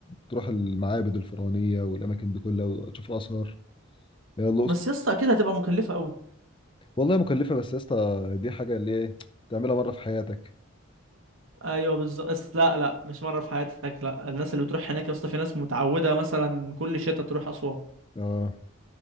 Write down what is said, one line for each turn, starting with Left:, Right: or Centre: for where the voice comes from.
Left: تروح المعابد الفرعونية والأماكن دي كلها وتشوف آثار هي الأقصر
Right: بس يا اسطى اكيد هتبقى مكلفه قوي
Left: والله مكلفة بس يا اسطى دي حاجة اللي ايه تعملها مرة في حياتك
Right: ايوه بالظبط بس لا لا مش مره في حياتك لا الناس اللي بتروح هناك يا اسطى في ناس متعوده مثلا كل شتاء تروح اسوان
Left: اه